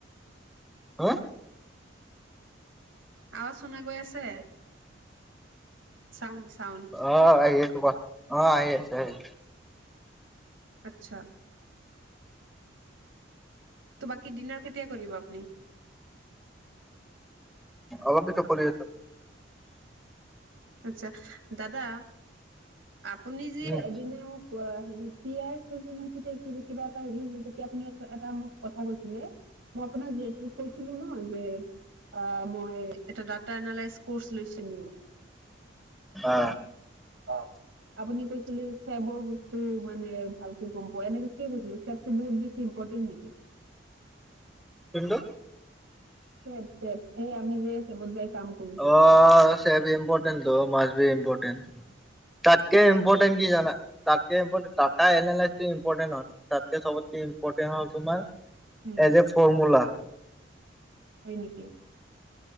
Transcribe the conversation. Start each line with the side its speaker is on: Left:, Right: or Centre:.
Centre: হা?
Right: আৱজ শুনা গৈ আছে? চাউণ্ড চাউণ্ড
Centre: অ আহিছে কোৱা অ আহি আছে আহি
Right: আচ্ছা। ত' বাকী ডিনাৰ কেতিয়া কৰিব আপুনি?
Centre: অলপ পিছত কৰি আছো।
Right: আচ্ছা। দাদা আপুনি যি
Centre: উম
Right: এদিনা মোক হেৰি পিয়াইইছিল নেকি কিবা এটা হেৰি যেতিয়া আপুনি এটা মোক কথা কৈছিল মই আপোনাক যিহেতু কৈছিলো ন যে অ মই এটা ডাটা এনালাইচ কৰ্চ লৈছিলো।
Centre: অ
Right: অ আপুনি কৈছিলে চেবৰ বস্তু মান ভালকে গম পোৱা এনেকে কি কৈছিল চেবটো বহুত বেছি ইম্পৰ্টেন নেকি?
Centre: কিন্তু
Right: চেব চেফ এই আমি যে চেবত যাই কাম কৰো যে
Centre: অ চেব ইম্পৰ্টেণ্টটো ত মাষ্ট বি ইম্পৰ্টেণ্ট তাতকে
Right: হেৰি
Centre: ইম্পৰ্টেণ্ট কি জান তাতকে ইম্পৰ্টেণ্ট নাই এনালাইচি ইম্পৰ্টেন নহয়। তাতকে চবতকে ইম্পৰ্টেণ্ট হল তোমাৰ
Right: উম
Centre: এজ এ ফৰ্মুলা
Right: হয় নেকি